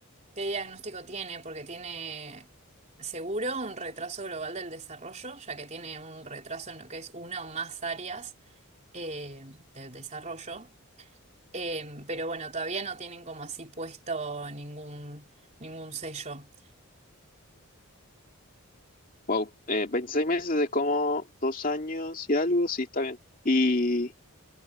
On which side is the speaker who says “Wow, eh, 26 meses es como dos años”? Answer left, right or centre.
Left